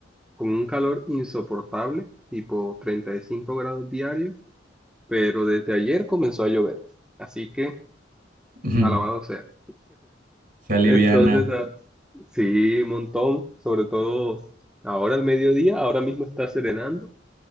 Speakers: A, in the centre; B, on the right (about 55°).
A: con un calor insoportable, tipo 35 grados diarios, pero desde ayer comenzó a llover. Así que,
B: Ujú,
A: alabado sea.
B: Se aliviana.
A: Entonces, a- Sí, un montón, sobre todo ahora al mediodía, ahora mismo está serenando